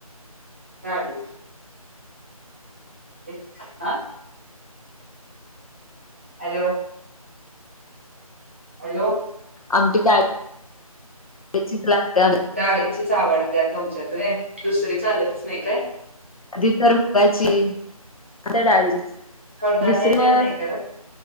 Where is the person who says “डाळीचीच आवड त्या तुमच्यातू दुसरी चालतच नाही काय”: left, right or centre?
Right